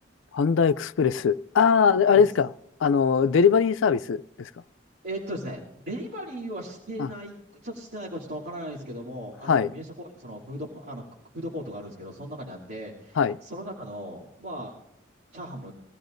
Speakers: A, on the left; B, on the right.
A: パンダエクスプレス。ああ、
B: はい。なんかす
A: あれですか。あの、デリバリーサービスですか。
B: えっとですね、デリバリーはしてない、
A: あ、
B: ちょっとしてないかちょっとわからないですけども、
A: はい。
B: あの、宮下公園にそのフードパ、あの、フードコートがあるんですけど、その中にあって、
A: はい。
B: その中の、まあ、チャーハンも、